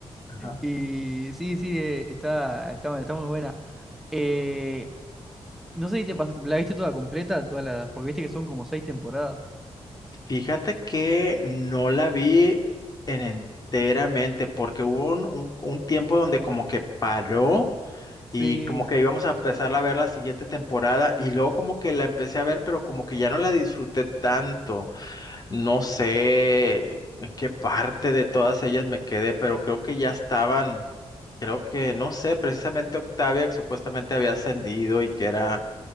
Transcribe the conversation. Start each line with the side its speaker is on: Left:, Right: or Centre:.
Left: Ajá.
Centre: Y sí, sí, eh, está, está, está muy buena. Eh, no sé si te pas- la viste toda completa, todas las, porque viste que son como seis temporadas.
Left: Fíjate que no la vi en enteramente porque hubo un, un- un tiempo donde como que paró y
Centre: Sí,
Left: como que íbamos a empezar a ver la siguiente temporada y luego como que la empecé a ver pero como que ya no la disfruté tanto. No sé en qué parte de todas ellas me quedé, pero creo que ya estaban, creo que, no sé, precisamente Octavia que supuestamente había ascendido y que era